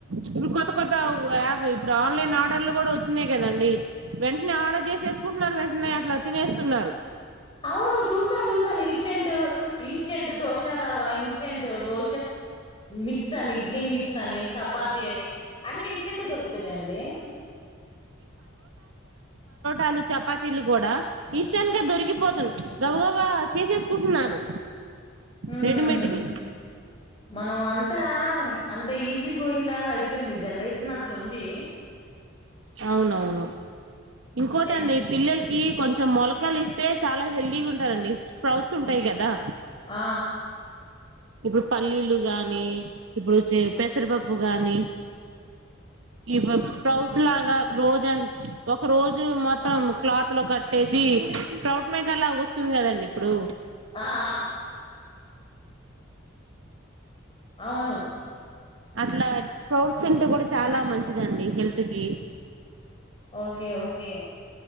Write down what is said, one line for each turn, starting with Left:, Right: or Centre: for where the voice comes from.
Right: ఇప్పుడు కొత్త కొత్త యాప్ ఇప్పుడు ఆన్లైన్ ఆర్డర్లు కూడా వచ్చినయి కదండి. వెంటనే ఆర్డర్ చేసిేసుకుంటున్నారు వెంటనే అట్లా తినేస్తున్నారు.
Left: అవును చూసాను చూసాను ఇ ెంట్ ఇస్ స్టెంట్ దోష రావా ఇస్ ట్ దో మిక్స్ అని ఇడ్లీ మిక్స్ అని చపాతి అని అన్ని ఇటెట్ల దొరుకుతున్నా అండి
Right: ాలు చపాతీలు కూడా ఇష్టానిక దొరికిపోతా గబగబ చేసేసుకుంటున్నారు
Left: ఉమ్
Right: రెడి మేట్ వి
Left: మనం అంతా అంత ఈజీ గోయింగ్ లాగా అయిపోయింది జనరేషన్ అట్లా ఉంది.
Right: అవునవును ఇంకోటండి
Left: ఏం
Right: పిల్లలకి కొంచెం మొలకలు ఇస్తే చాలా హెల్ది గుంట రండి స్ప్రౌట్స్ ఉంటాయి కదా.
Left: ఆ
Right: ఇప్పుడు పల్లీలు గాని ఇప్పుడు పెసరపప్పు గాని ఇ ప్రౌస్ లాగా రోజ ఒక రోజు మొత్తం క్లాత్ లో క ేసి స్క్రౌట్ మేకర్ లా వస్తుంది కదండి ఇప్పుడు
Left: ఆ ఆ అవును
Right: ట్లా స్పర్ట్స్ తింటే కూడా చాలా మంచిదిండి హెల్త్ కి
Left: ఓకే ఓకే